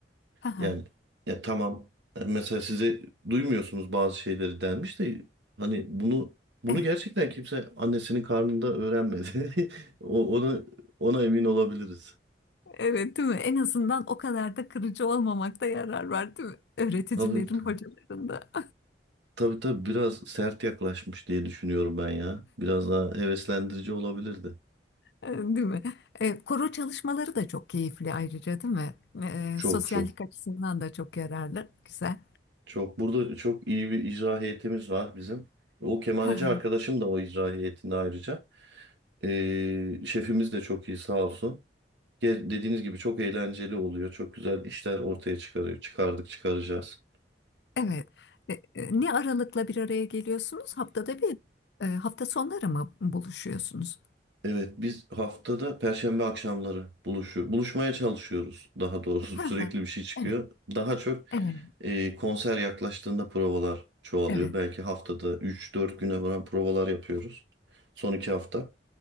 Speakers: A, on the left; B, on the right.
A: Aha,
B: Yani ya tamam e, mesela size duymuyorsunuz bazı şeyleri denmiş de hani bunu bunu
A: evet.
B: gerçekten kimse annesinin karnında öğrenmedi. <laughs> O- Ona ona emin olabiliriz.
A: Evet, değil mi? En azından o kadar da kırıcı olmamakta yarar var, değil mi? Öğreticilerin,
B: Tabii
A: hocaların da.
B: tabii tabii biraz sert yaklaşmış diye düşünüyorum ben ya. Biraz daha heveslendirici olabilirdi.
A: E, Değil mi? E, koro çalışmaları da çok keyifli ayrıca değil mi? E,
B: Çok
A: sosyallik
B: çok
A: açısından da çok yararlı. Güzel.
B: çok. Burada çok iyi bir icra heyetimiz var bizim. O kemaneci
A: Hı hı.
B: arkadaşım da o icra heyetinde ayrıca. Ee, şefimiz de çok iyi sağ olsun. Ge- Dediğiniz gibi çok eğlenceli oluyor. Çok güzel işler ortaya çıkarıyor. Çıkardık, çıkaracağız.
A: Evet. E, e, ne aralıkla bir araya geliyorsunuz? Haftada bir, e, hafta sonları mı buluşuyorsunuz?
B: Evet, biz haftada Perşembe akşamları buluşuyor. Buluşmaya çalışıyoruz daha doğrusu.
A: Hı
B: <laughs> Sürekli
A: hı.
B: bir şey çıkıyor.
A: Evet,
B: Daha çok
A: evet,
B: e, konser yaklaştığında provalar çoğalıyor.
A: evet.
B: Belki haftada üç dört güne varan provalar yapıyoruz. Son iki hafta.